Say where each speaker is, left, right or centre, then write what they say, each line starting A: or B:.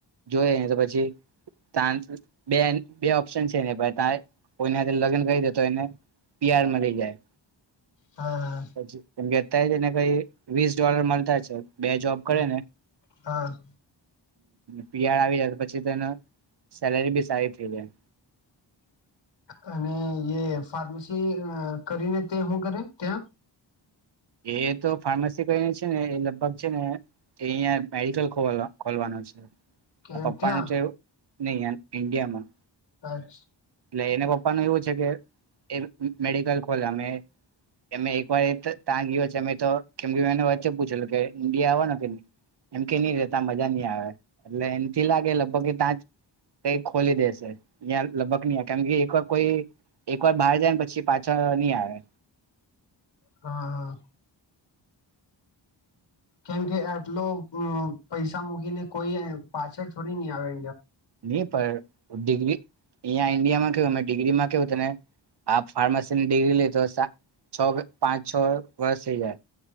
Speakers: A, on the right; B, on the left.
A: જોયે નહીં તો પછી તાના બેન બે ઓપ્શન છે, તા કોઈ હારે લગ્ન કરી દેતો એને પિયાર મરી જાય
B: હા
A: પાછી બેતાઈ ને કઈ વીસ ડોલર મળતા છે. બે જોબ કરે
B: હા
A: ને
B: હા.
A: પી આર આવી જાય પછી તેન સેલેરી બી સારી થઈ જાય.
B: <inaudible> અને એ ફાર્મસી કરીને તે હુ કરે તે.
A: એ તો ફાર્મસી કરીને છે ને એ લગભગ છે ને એ અહિયાં મેડિકલ ખોલ ખોલવા નાજ
B: ત્યાં
A: પપ્પા
B: ત્યાં
A: ન તો એવું નહી અ ઇન્ડિયામાં.
B: અચ્છા.
A: એટલે એને પપ્પા ન એવું છે કે એ મેડિકલ ખોલા અમે અમે એક વાર ત્યાં ગયો છે અમે તો કેમ કે વચ્ચે પૂછેલું કે ઇન્ડિયા આવવાનો કે નહી. એમ કે નહી રે ત્યાં મજા ની આવે એટલે એમથી લાગે લગભગ એ ત્યાં જ કઈ ખોલી દેશે ત્યાં લગભગ કેમ કે એક વાર કોઈ એક વાર બહાર જાય ને પછી પાછા નહી આવે.
B: હા. કેમ કે આટલોમ પૈસા મૂકીને કોઈ પાછળ છોડી નહી આવે
A: નહી પણ ડિગ્રી અહીંયા ઈન્ડિયામાં કેવુ અમે ડિગ્રી માં કેવ તને આપ ફાર્મસી ની ડિગ્રી લી તો છ પાંચ છ વર્ષ થઇ જાય